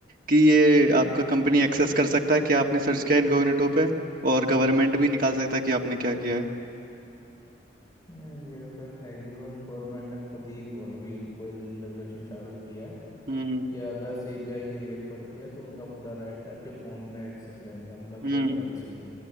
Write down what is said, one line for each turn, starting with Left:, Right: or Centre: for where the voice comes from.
Right: कि ये आपका कंपनी एक्सेस कर सकता है क्या आपने सर्च किया इनकॉग्निटो पे और गवर्नमेंट भी निकाल सकता है कि आपने क्या किया है
Left: हम्म, ये तो है इवन गवर्नमेंट ने खुद ही बोला भी कोई रूल रेगुलेशन चालू किया है
Right: हम्म
Left: कि अगर सीबीआई की रेड पड़ती है तो उनका पूरा राइट है आपके फ़ोन में एक्सेस लेने का मतलब
Right: हम्म
Left: कोई प्राइवेसी नहीं